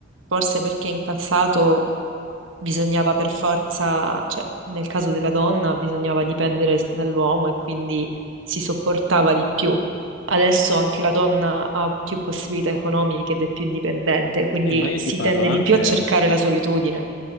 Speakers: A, on the right; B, on the left.
A: forse perché in passato bisognava per forza, cioè nel caso della donna bisognava dipendere s- dall'uomo e quindi si sopportava di più. Adesso anche la donna ha più possibilità economiche ed è più indipendente, quindi
B: Sì, ma io
A: si
B: ti parlo
A: tende
B: anche,
A: di più a cercare la solitudine.